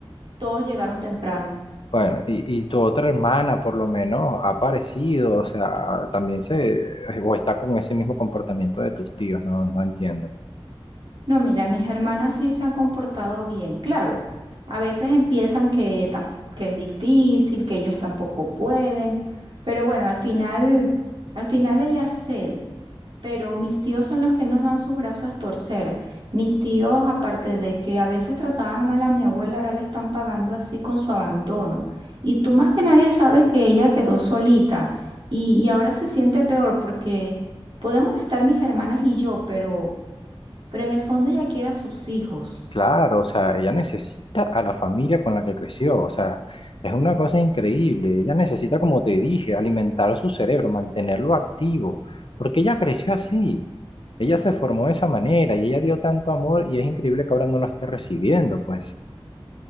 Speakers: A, on the right; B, on the left.
A: todos llegaron temprano.
B: Bueno, y, y tu otra hermana por lo menos ha aparecido, o sea, también se, o está con ese mismo comportamiento de tus tíos, no, no entiendo.
A: No, mira, mis hermanas sí se han comportado bien, claro. A veces empiezan que, tam- que es difícil, que ellos tampoco pueden, pero bueno, al final, al final ellas ceden. Pero mis tíos son los que nos dan sus brazos a torcer. Mis tíos, aparte de que a veces trataban mal a mi abuela, ahora la están pagando así con su abandono. Y tú más que nadie sabes que ella quedó solita y, y ahora se siente peor porque podemos estar mis hermanas y yo, pero pero en el fondo ella quiere a sus hijos.
B: Claro, o sea, ella necesita a la familia con la que creció, o sea, es una cosa increíble. Ella necesita, como te dije, alimentar su cerebro, mantenerlo activo, porque ella creció así, ella se formó de esa manera y ella dio tanto amor y es increíble que ahora no lo esté recibiendo, pues.